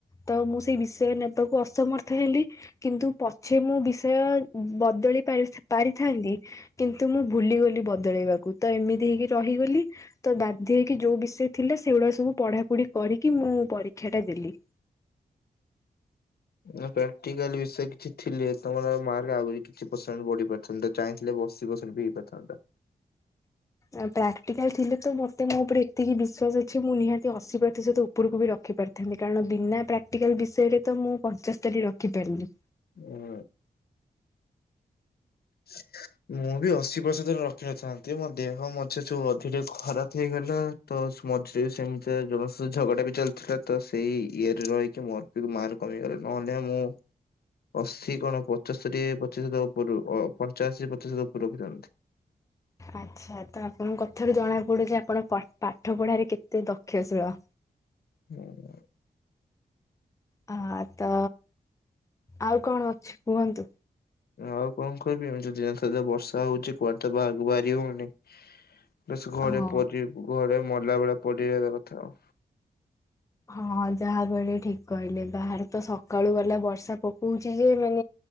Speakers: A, on the left (about 20°); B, on the left (about 70°).
A: ତ ମୁଁ ସେଇ ବିଷୟ ନେବାକୁ ଅସମର୍ଥ ହେଲି। କିନ୍ତୁ ପଛେ ମୁଁ ବିଷୟ ବଦଲେଇ ପାରିଥା-ପାରିଥାନ୍ତି। କିନ୍ତୁ ମୁଁ ଭୁଲିଗଲି ବଦଳେଇବାକୁ ତ ଏମିତି ହେଇକି ରହିଗଲି ତ ବାଧ୍ୟ ହେଇକି ଯୋଉ ବିଷୟ ଥିଲା ସେଗୁଡାକ ସବୁ ପଢ଼ାପଢ଼ି କରିକି ମୁଁ ପରୀକ୍ଷାଟା ଦେଲି।
B: ଏ ପ୍ରାକ୍ଟିକାଲ ବିଷୟ କିଛି ଥିଲେ ତମର ମାର୍କ ଆହୁରି କିଛି ପର୍ସେଣ୍ଟ ବଢିପାରି ସେମିତି ଚାହିଁଥିଲେ ବସି ବସି ଦିଟା ଥାନ୍ତା।
A: ଆ ପ୍ରାକ୍ଟିକାଲ ଥିଲେ ତ ମତେ ମୋ ଉପରେ ଏତିକି ବିଶ୍ଵାସ ଅଛି ମୁଁ ନିହାତି ସେ ଅଶୀ ପ୍ରତିଶତ ଉପରକୁ ବି ରଖିପାରିଥାନ୍ତେ କାରଣ ବିନା ପ୍ରାକ୍ଟିକାଲ୍ ବିଷୟରେ ତ ମୁଁ ପଞ୍ଚସ୍ତରୀ ରଖିପାରୁନି।
B: ହୁଁ। ଶିଖା ମୁଁ ବି ଅଶୀ ପ୍ରତିଶତ ରଖିନଥାନ୍ତି ମୋ ଦେହ ମଝିରେ ଯୋଉ ଅଧିକ ଖରାପ ହେଇଗଲା। ତସ ମଝିରେ ସେମିତିଆ ଜମା ସ ଝଗଡା ବି ଚାଲିଥିଲା ତ ସେଇ ଇଏ ରେ ରହିକି ମର ଲୁ ମାଲ କମିଗଲେ ନହେଲେ ମୁଁ। ଅଶୀ କଣ ପଚସ୍ତରି ପ୍ରତିଶତ ଉପରୁ ଅ ପଞ୍ଚାଅଶୀ ପ୍ରତିଶତ ଉପରୁ ଆଣନ୍ତି।
A: ଆଚ୍ଛା ତ ଆପଣଙ୍କୁ କଥାରୁ ଜଣାପଡ଼ୁଛି ଆପଣ ପାଠ ପାଠ ପଢ଼ାରେ କେତେ ଦକ୍ଷଶୀଳ।
B: ହୁଁ।
A: ହା ତ ଆଉ କଣ ଅଛି କୁହନ୍ତୁ।
B: ଆଉ କଣ କହିବି ଏମି ଯିିଏନଥେ ବର୍ଷା ହଉଛି କୁଆଡେ ତ ବାହାରକୁ ବାହାରି ହଉନି। ବାସ ଘରେ
A: ହଁ।
B: ପରି ଘରେ ମଲା ଭଳିଆ ପଡି ରହିବା କଥା ଆଉ।
A: ହଁ ଯାହାବେଳେ ଠିକ କହିଲେ ବାହାରେ ତ ସକାଳୁ ଗଲା ବର୍ଷା ପକଉଛି ଯେ ମେ